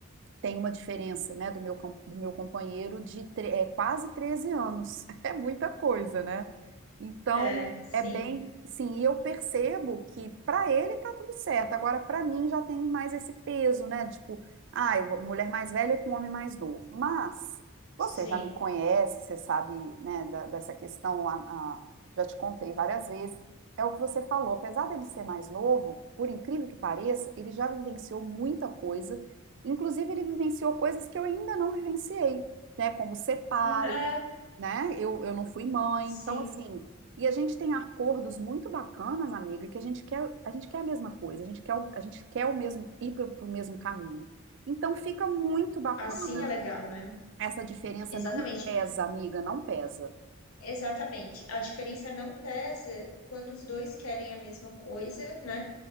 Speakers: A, on the right; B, on the left.
A: tem uma diferença, né, do meu, com- do meu companheiro de tre- é, quase 13 anos. <laughs> É muita coisa, né? Então,
B: é, sim,
A: é bem, sim, e eu percebo que para ele tá tudo certo. Agora, para mim já tem mais esse peso, né? Tipo, ah, eu- mulher mais velha com homem mais novo. Mas você
B: sim.
A: já me conhece, você sabe, né, da- dessa questão, a- a- já te contei várias vezes. É o que você falou, apesar dele ser mais novo, por incrível que pareça, ele já vivenciou muita coisa Inclusive, ele vivenciou coisas que eu ainda não vivenciei, né? Como ser pai,
B: Hum, É,
A: né? Eu, eu não fui mãe,
B: sim.
A: então assim. E a gente tem acordos muito bacanas, amiga, que a gente quer, a gente quer a mesma coisa, a gente quer, o- a gente quer o mesmo, ir para o mesmo caminho. Então fica muito bacana.
B: Assim é legal, né?
A: Essa diferença
B: Exatamente.
A: não pesa, amiga, não pesa.
B: Exatamente. A diferença não pesa quando os dois querem a mesma coisa, né?